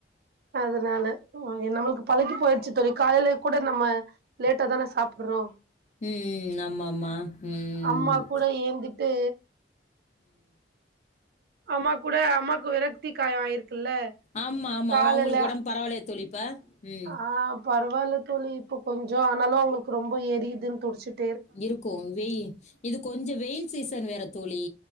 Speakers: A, on the right; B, on the left.
A: அதனால நம்மளுக்கு பழகி போயிடுச்சு தோழி காலையில கூட நம்ம லேட்டா தான சாப்ற்றோ
B: ம் ஆமாம்மா ம்
A: அம்மா கூட ஏந்துட்டு அம்மா கூட அம்மாக்கு விரக்தி காயோ ஆயிருக்குல்ல
B: ஆமா, ஆமா.
A: காலுல்ல
B: ஓ, அவங்களுக்கு உடம்பு பரவாயில்லையா தோழி இப்ப? ம்.
A: ஆ பரவால்ல தோழி இப்ப கொஞ்சோ ஆனாலு அவுங்களுக்கு ரொம்ப எரியதுன்னு துடிச்சுட்
B: இருக்கு வெய் இது கொஞ்சோ வெயில் சீசன் வேற தோழி